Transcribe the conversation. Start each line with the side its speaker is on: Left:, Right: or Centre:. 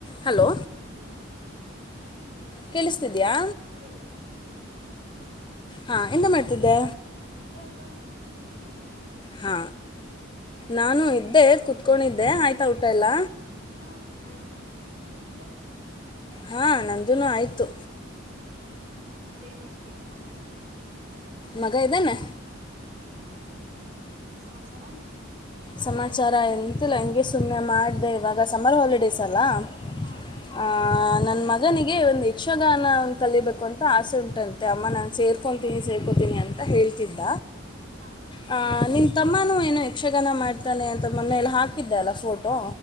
Left: Hello
Right: hello
Left: ಕೇಳಿಸ್ತಿದ್ಯಾ
Right: ಹಾ ಕೇಳುತ್ತೆ
Left: ಹಾ ಎಂತ ಮಾಡ್ತಿದ್ದೆ
Right: ಇದ್ದಕ್ಕ ನೀನ್ ಎಂತ ಮಾಡ್ತೀ
Left: ಹಾ ನಾನು ಇದ್ದೆ ಕುೂತ್ಕೊಂಡಿದ್ದೆ ಆಯ್ತಾ ಊಟ ಎಲ್ಲ
Right: ಹಾ ಊಟ ಆಯ್ತು ನಿಮ್ದು
Left: ಹಾ ನಂದನ ಆಯ್ತು
Right: ಹ್ಮ್ ಮತ್ತೆ ಏನ್ ಮಾಡ್ತನ್ ಮಗ
Left: ಮಗ ಇದಾನೆ
Right: ಹ್ಮ್ ಸಮಾಚಾರ
Left: ಸಮಾಚಾರ ಎಂತಿಲ್ಲ ಹಂಗೆ ಸುಮ್ಮ್ನೆ ಮಾಡಿದೆ ಇವಾಗ ಸಮರ್ ಹಾಲಿಡೇಸ್ ನ
Right: ಹಾ
Left: ಮಗನಿಗೆ ಒ ಯಕ್ಷಗಾನ ಕಲಿಬೇಕು ಅ ಆಸೆ ಉಂಟಂತೆ ಅಮ್ಮ ನಾನು ಸೇರ್ಕೊತೀನಿ ಸೇರ್ಕೊತೀನಿ ಅಂತ ಹೇಳ್ತಿದ್ದ
Right: ಹಾ
Left: ಹ ನಿ ತಮ್ಮನೂ ಏನು ಯಕ್ಷಗಾನ ಮಾಡ್ತಾನೆ ಅಂತ ಮೊನೆಯಲ್ಲಿ ಹಾಕಿದ್ದೆ ಅಲ್ಲ ಫೋಟೋ